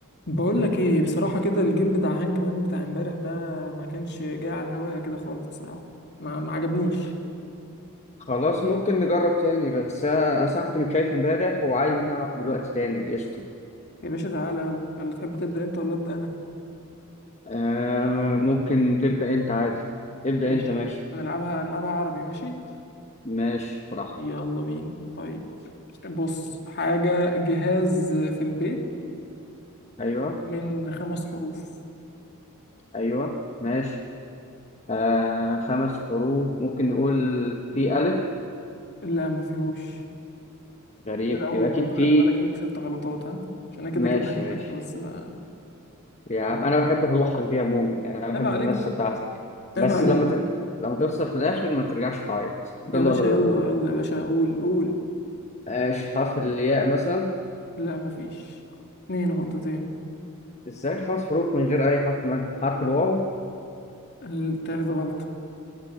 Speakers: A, on the left; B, on the left.
A: بقول لك ايه بصراحة كده الجيم بتاع هانج مان بتاع امبارح ده ما كانش جاي على الهواية كده خالص بصراحة ما ما عجبنيش
B: خلاص ممكن نجرب تاني بس أنا أصلا كنت متكيف امبارح وعادي ممكن ألعب دلوقتي تاني قشطة
A: يا باشا تعالى يلا يلا تحب تبدأ انت ولا أبدأ انا
B: آه ممكن تبدأ أنت عادي ابدأ
A: ماشي
B: أنت ماشي
A: هنلعبها هنلعبها عربي ماشي
B: ماشي براحتك
A: يلا بينا طيب بص حاجة جهاز في البيت
B: أيوه
A: من خمس حروف
B: أيوه ماشي آه خمس حروف ممكن نقول في ألف
A: لا ما فيهوش
B: غريب
A: كده اول
B: يبقى أكيد
A: غلطة خلي
B: في
A: بالك ليك ست غلطات ها عشان انا كده
B: ماشي
A: كده هكسب
B: ماشي
A: بس بقى
B: يا عم أنا بحب روحك دي عموما يعني أنا
A: عيب
B: بحب
A: عليك
B: المنافسة
A: بقى
B: بتاعتك بس
A: عيب عليك
B: لما ت... لما توصل في الآخر ما ترجعش تعيط ده
A: يا
B: اللي
A: باشا
B: أقدر
A: يلا
B: أقوله
A: يلا
B: لك.
A: يا باشا قول قول
B: ماشي حرف الياء مثلا
A: لا مفيش اتنين غلطتين
B: ازاي خمس حروف من غير اي حرف مد حرف الواو
A: التالت غلطة